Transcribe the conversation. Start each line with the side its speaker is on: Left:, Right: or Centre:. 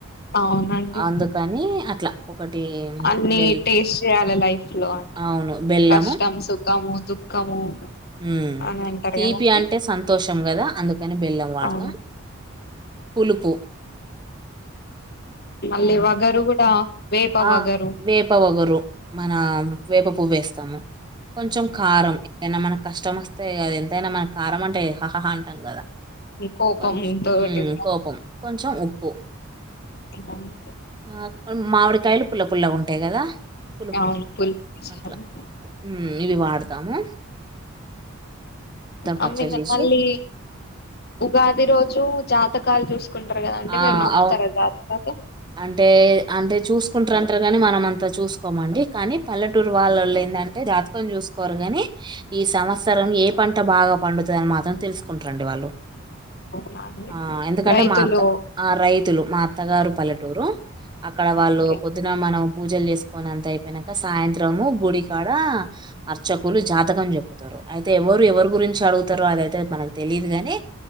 Left: అవునండి
Right: అందుకని అట్లా ఒకటి
Left: అన్ని
Right: బెల్
Left: టేస్ట్ చేయాల లైఫ్ లో అని.
Right: అవును బెల్లము
Left: కష్టం, సుఖము దుఃఖము
Right: ఉమ్
Left: అని అంటారు
Right: తీపి
Left: కదండి
Right: అంటే సంతోషం కదా అందు అని బెల్లం వాడతాం.
Left: అవును
Right: పులుపు
Left: మళ్ళీ
Right: ఆ
Left: వగరు కూడా వేప వగరు
Right: ఆ వేప వగరు మన వేప పువ్వు వేస్తము. కొంచెం కారం ఏనా మన కష్టం వస్తయి కదా ఎంతైనా మనకి కారం అంటే హహ అంటాం కదా.
Left: కోపం
Right: కొంచ్
Left: తోటి
Right: హ్
Left: కూడా
Right: కోపం కొంచెం ఉ ప్పు.
Left: అవును
Right: ఆ కొని మావిడి పుల్ల పుల్ల పుల్లగా ఉంటయి కదా. పులుపు
Left: అవును, పులుపు చేయాలి.
Right: అట్లా హ్ ఇవి వాడ తాము.
Left: అ
Right: పచ్చడి
Left: ఇంగా
Right: చేసి
Left: మళ్ళీ ఉగాది రోజు జాతకాలు చూసు కుంటరు కదా అంట
Right: ఆ
Left: మీరు నమ్ముతరా
Right: అవు
Left: జాత ఓకే
Right: అంటే అంటే చూసుకుంటరంటరు కాని మనం అంతా చూసుకోమండి. కానీ పల్లెటూరు వాళ్ళలో ఏందంటే జాతకం చూసుకోరు కానీ ఈ సంవత్సరం ఏ పంట బాగా పండుతది అని మాత్రం తెలుసుకుంటరండి వాళ్ళు.
Left: అవునా అండి.
Right: ఆ ఎందుకంటే
Left: రైతులు
Right: మా అత్త ఆ రైతులు మా అత్తగారు పల్లెటూ రు అక్కడ వాళ్ళు
Left: ఓకే ఓకే
Right: పొద్దున మనం పూజలు చేసి కొని అంత అయిపోయినంక సాయంత్రము గుడికాడ అర్చకులు జాతకం చెప్పుతరు. అయితే ఎవరు ఎవరి గురించి అడుగుతరో అదైతే మనకు తెలిదుగాని.